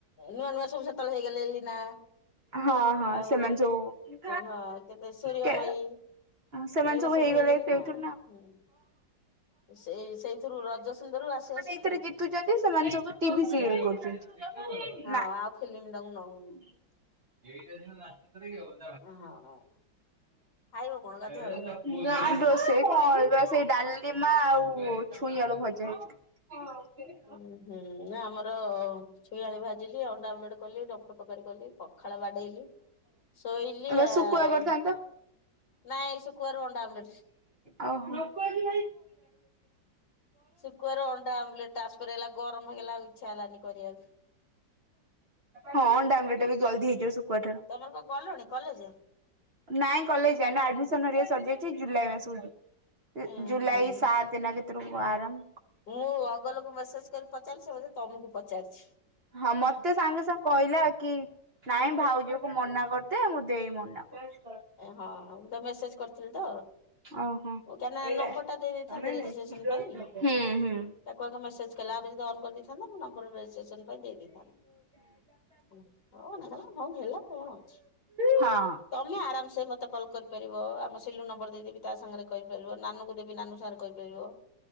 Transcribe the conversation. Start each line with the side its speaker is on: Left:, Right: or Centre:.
Left: ନୂଆ ନୂଆ ସବୁ ସେତ୍ ତବେଳେ ହେଇଗଲେ ଏଲିନା
Right: ହଁ ହଁ
Left: ଆଉ
Right: ସେମାନେ ସବୁ
Left: ହଁ ତେବେ ସୂର୍ଯ୍ୟମୟୀ।
Right: କେ ସେମାନେ
Left: ଏଇଗୁରା ସବୁ
Right: ହେଇଗଲେ
Left: ହେଇଗଲେଣିନା
Right: ସେଇଥିରୁ
Left: ଆଉ
Right: ନା।
Left: ହୁଁ। ସେଇ ସେଇଥିରୁ ରଜ ସୁୁନ୍ଦରୀରୁ ଆସୁ ଆସୁ
Right: ଏଥିରେ ଜିତୁଚନ୍ତି ସେମାନେ ସବୁ ଟିଭି ସିରିଏଲ୍ କରୁଚନ୍ତି।
Left: ହଁ
Right: ନା
Left: ଆଉ ଫିଲ୍ମ ତାଙ୍କୁ ନଉନି
Right: ଏଇଟା ଯେମିତି ନାଚୁଥିଲି ଆଉ।
Left: ଓ ହଁ ହଁ ଖାଇବ କଣ ଗାଧୁଆ
Right: ନା
Left: ବେଳକୁ?
Right: ରୋଷେଇ କଣ ବା ସେଇ ଡାଲିମା ଆଉ ଛୁଇଁ ଆଳୁ ଭଜା ହେଇଚି। ହଁ ଆଉଥେରେ
Left: ଉଁ ହୁଁ ନା ଆମର ଛୁଇଁଆଳୁ ଭାଜିଲି। ଅଣ୍ଡା ଅମଲେଟ କଲି। ଡଙ୍କ୍ କଁ ତରକାରୀ କଲି। ପଖାଳ ବାଡେଇଲି। ଶୋଇଲି
Right: ଏ
Left: ଆଉ।
Right: ଶୁଖୁଆ କରିଥାନ୍ତ।
Left: ନାଇଁ ଶୁକୁଆରୁ ଅଣ୍ଡା ଆମଲେଟ୍।
Right: ଓହୋ। ହଁ
Left: ଶୁକୁଆରୁ ଅଣ୍ଡା ଆମଲେଟ ଟ୍ରାନ୍ସଫର ହେଇଗଲା ଗରମ ହେଇଗଲା ଆଉ ଇଛା ହେଲାନି କରିବାକୁ।
Right: ହଁ ଅଣ୍ଡାଆମଲେଟ ଟା ବି ଜଲଦି ହେଇଯିବ। ଶୁଖୁଆ ଠାରୁ।
Left: ତମର କଁ ଗଲଣି କଲେଜେ?
Right: ନାଇଁ କଲେଜ ଯାଏନି। ଆଡମିସନ ହରିକା ସରଯାଇଚି। ଜୁଲାଇ ମାସକୁ ଯିବି। ଇ
Left: ଉଁ
Right: ଜୁଲାଇ
Left: ହୁଁ
Right: ସାତ୍। ତେନା କେତେରୁ ଆରମ୍?
Left: ମୁଁ ଅଗଲକୁ ମେସେଜ କରି ପଚାରିଲି ସେ ବୋଧେ ତମକୁ ପଚାରିଛି?
Right: ହଁ ମତେ ସାଙ୍ଗେ ସାଙ୍ଗେ କହିଲା କି ନାଇଁ ଭାଉଜକୁ ମନା କରିଦେ ମୋ ଦେଇ ମନା କରୁଛି।
Left: ଏ ହଁ ମୁଁ ତାକୁ ମେସେଜ କରିଥିଲି ତ?
Right: ଓହୋ
Left: ଓ କାହିଁ
Right: ଏଇଟା
Left: ନମ୍ବର ଟା ଦେଇ ଦେଇଥାନ୍ତେ
Right: ହୁଁ
Left: ରେଜିଷ୍ଟ୍ରେସନ ପାଇଁ।
Right: ହୁଁ
Left: ତାକୁ ଆଗେ ମେସେଜ କଲା ଆମେ ଯଦି ଅନ୍ କରିଦେଇଥାନ୍ତୁ ନା ମୋ ନମ୍ବର ରେଜିଷ୍ଟ୍ରେସନ୍ ପାଇଁ ଦେଇ ଦେଇଥାନ୍ତେ। ଉଁ ହଉ ନେଇଗଲା ହଁ ହେଲା କଣ ଅଛି।
Right: ହଁ।
Left: ତମେ ଆରାମ ସେ। ମତେ କଲ୍ କରିପାରିବ। ଆମ ସିଲୁ ନମ୍ବର ଦେଇଦେବି ତା ସାଙ୍ଗରେ କରିପାରିବ। ନାନୁଙ୍କୁ ଦେବି ନାନୁ ସାଙ୍ଗରେ କହିପାରିବ।